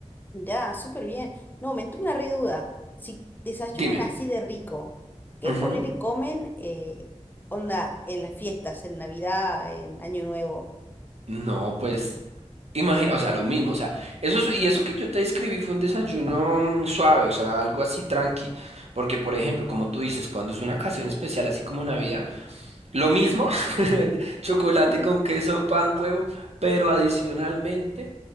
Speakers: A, on the left; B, on the right.
A: Mirá, súper bien. No, me entró una re duda. Si desayunan
B: Dime.
A: así de rico, ¿qué
B: Ujú.
A: ponele comen eh, onda en las fiestas, en Navidad, en Año Nuevo?
B: No, pues Imagina, o sea, lo mismo, o sea, eso es- y eso que yo te describí fue un desayuno mm, suave, o sea, algo así tranqui, porque por ejemplo, como tú dices, cuando es una ocasión especial así como Navidad, lo mismo, <laughs> chocolate
A: <laughs>
B: con queso, pan, huevo, pero adicionalmente